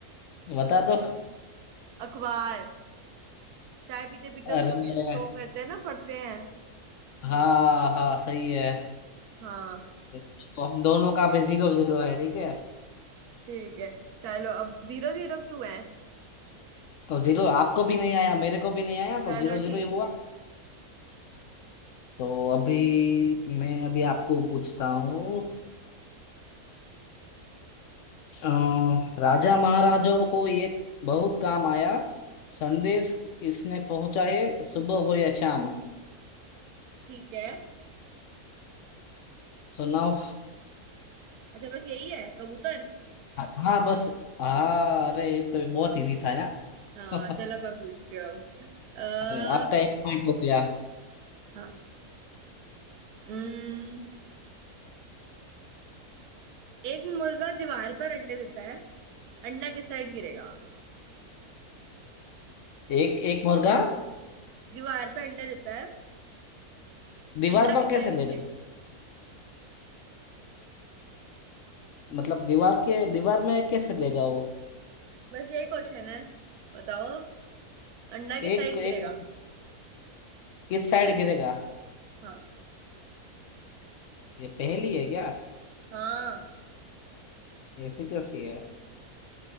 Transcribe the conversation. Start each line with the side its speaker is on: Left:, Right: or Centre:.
Left: बता दो
Right: अखबार चाय पीते पीते
Left: अरे
Right: उसको फिर उसको वो कहते हैं ना पढ़ते हैं
Left: हाँ हाँ सही है
Right: हाँ
Left: तो हम दोनों का भी जीरो जीरो है ठीक है
Right: ठीक है चलो अब जीरो जीरो क्यों है
Left: तो जीरो आपको भी नहीं आया मेरे को भी नहीं आया तो
Right: चलो
Left: जीरो जीरो
Right: ठीक
Left: ही हुआ
Right: है
Left: तो अभी मैं अभी आपको पूछता हूँ अ, राजा महाराजों को एक बहुत काम आया संदेश इसने पहुंचाए सुबह हो या शाम
Right: ठीक है
Left: So now
Right: अच्छा बस यही है कबूतर
Left: हाँ बस हाँ अरे ये तो बहुत इजी था यार
Right: हाँ चलो
Left: <laughs>
Right: मैं पूछती हूँ अः
Left: अरे आपका एक पॉइंट हो गया
Right: हाँ उम्म, एक मुर्गा दीवार पर अंडे देता है अंडा किस साइड गिरेगा
Left: एक एक मुर्गा
Right: दीवार पे अंडे देता है
Left: दीवार
Right: अंडा
Left: पर
Right: किस साइड
Left: कैसे
Right: गिरेगा
Left: देगा मतलब दीवार के दीवार में कैसे देगा वो
Right: बस यही क्वेश्चन है बताओ अंडा
Left: एक
Right: किस साइड गिरेगा
Left: एक किस साइड गिरेगा
Right: हाँ,
Left: ये पहेली है क्या
Right: हाँ
Left: ऐसी कैसी है